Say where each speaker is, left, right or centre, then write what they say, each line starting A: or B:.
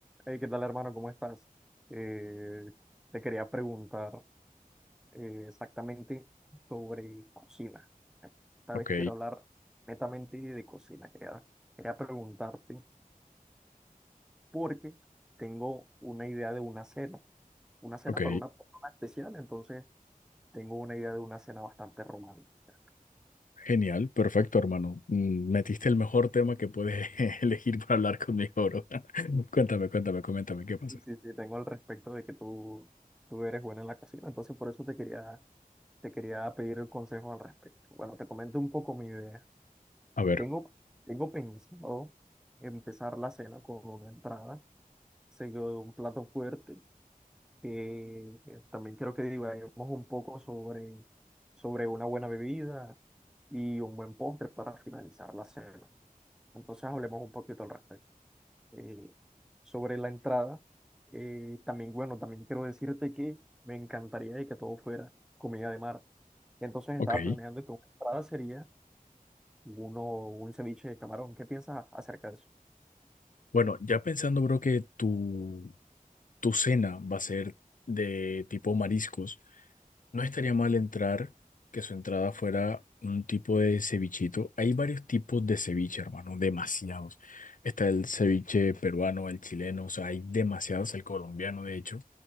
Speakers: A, in the centre; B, on the left.
A: Hey, ¿qué tal, hermano? ¿Cómo estás? Eh, te quería preguntar eh, exactamente sobre cocina. Esta
B: Ok,
A: vez quiero hablar netamente de cocina. Quería, quería preguntarte porque tengo una idea de una cena, una cena
B: ok,
A: para una persona especial, entonces tengo una idea de una cena bastante romántica.
B: genial, perfecto, hermano. Mm, Metiste el mejor tema que puedes <laughs> elegir para hablar conmigo, bro. <laughs>
A: Y
B: Cuéntame, cuéntame, coméntame qué pasa.
A: y sí, sí, tengo al respecto de que tú, tú eres buena en la cocina, entonces por eso te quería, te quería pedir el consejo al respecto. Bueno, te comento un poco mi idea.
B: A ver,
A: Tengo, tengo pensado empezar la cena con una entrada, seguido de un plato fuerte, que eh, también quiero que divaguemos un poco sobre, sobre una buena bebida y un buen postre para finalizar la cena. Entonces hablemos un poquito al respecto. Eh, sobre la entrada, eh, también, bueno, también quiero decirte que me encantaría de que todo fuera comida de mar. Entonces
B: ok.
A: estaba planeando que una entrada sería uno, un ceviche de camarón. ¿Qué piensas acerca de eso?
B: Bueno, ya pensando, bro, que tu, tu cena va a ser de tipo mariscos. No estaría mal entrar, que su entrada fuera un tipo de cevichito. Hay varios tipos de ceviche, hermano, demasiados. Está el ceviche peruano, el chileno, o sea, hay demasiados, el colombiano, de hecho.